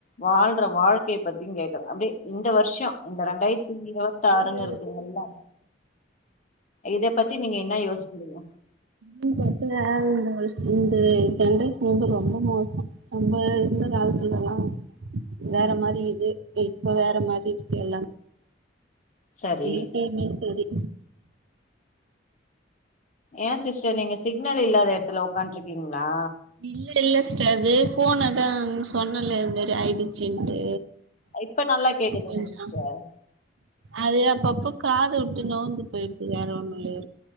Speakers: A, on the left (about 40°); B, on the right (about 75°).
A: வாழ்ற வாழ்க்கைய பத்தியும் கேக்குறன் அப்டியே இந்த வருஷோம் இந்த ரெண்டாயிரத்தி இருவத்தி ஆறுன்னு
B: இந்த
A: இருக்குதுல்ல இத பத்தி நீங்க என்ன யோசிக்கிறீங்க
B: <unintelligible> இந்த சன்ரைஸ் வந்து ரொம்ப மோசம் நம்ப இந்த காலத்துலலாம் வேற மாரி இது இப்ப வேற மாரி இருக்கு எல்லாம்
A: சரி
B: இ சேமே சேரி
A: ஏன் சிஸ்டர் நீங்க சிக்னல் இல்லாத இடத்துல உக்காண்ட் இருக்கீங்களா
B: இல்ல இல்ல ச்டார் அது போனைதான் சொன்னல இது மாரி ஆயிடுச்சுன்ட்டு
A: இப்ப நல்லா கேக்குதுங்க
B: கொஞ்சோ
A: சிஸ்டர்
B: அது அப்பப்போ காத வுட்டு நவுந்து போய்டுது வேற ஒண்ணுல்ல